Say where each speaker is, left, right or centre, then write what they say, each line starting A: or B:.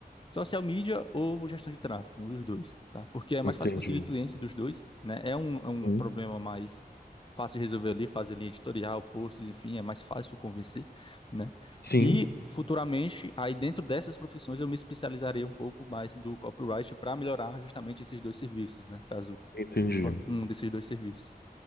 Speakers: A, on the left (about 30°); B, on the left (about 75°).
A: Social media ou gestão de tráfego, um dos dois, tá? Porque é mais
B: entendi.
A: fácil conseguir clientes dos dois, né? É um, é um
B: Uhum.
A: problema mais fácil de resolver ali, fazer linha editorial, posts, enfim, é mais fácil convencer, né?
B: Sim,
A: E futuramente, aí dentro dessas profissões, eu me especializarei um pouco mais do copyright para melhorar justamente esses dois serviços, né? Caso
B: entendi.
A: um desses dois serviços.